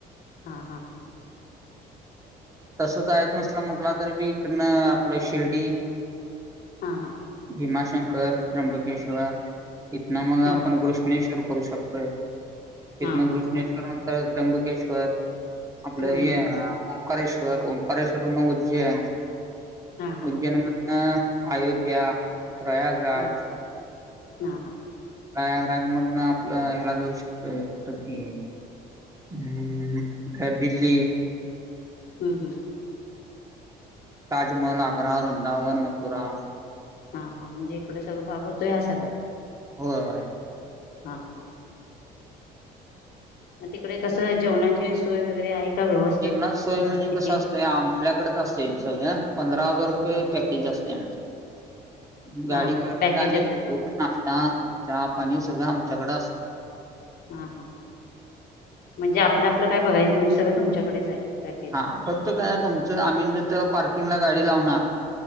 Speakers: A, on the left; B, on the right.
A: हा हा
B: कुठे जायचं नसल म्हटलं तरी बी इकडनं आपलं शिर्डी
A: हा हा
B: भीमाशंकर, त्र्यंबकेश्वर इथन मग
A: हा
B: आपण
A: हा
B: घृष्णेश्वर करू शकतोय.
A: हा
B: इथन
A: हा
B: कृष्णेश्वर नंतर त्र्यंबकेश्वर आपलं
A: हम्म
B: हे
A: हम्म
B: ओंकारेश्वर, ओंकारेश्वरवरन उज्जैन
A: हा हा
B: उज्जैन मध्ये अ अयोध्या प्रयागराज
A: हा हा हा
B: प्रयाग्रराज मधन आपलं ह्याला जाऊ शकतो कुठ ते हम्म अ दिल्ली
A: हम्म हम्म
B: ताजमहल, आग्रा, वृंदावन, मथुरा
A: हा हा म्हणजे इकडे सगळं भाग होतोय हा सगळा
B: होय
A: हा हा मग तिकडे कसं जेवणाची सोय वगैरे आहे. का व्यवस्थित
B: जेवणा सोय म्हणजे
A: वस्तीची
B: कसं असतंय आपल्याकडेच असतय सगळं पंधरा हजार रुपये पॅकेज असतय आमचं गाडी
A: हा हा
B: भाड्याचं
A: पॅकेजच
B: आणि <inaudible>
A: आहे
B: नाष्टा चहा पाणी सगळं आमच्याकडें अस
A: हा हा म्हणजे आपलं आपलं काय बघायचं म्हणजे सगळं तुमच्याकडेच आहे. पॅकेज
B: हा फक्त काय तुमचं आम्ही जिथ पार्किंगला गाडी लावणार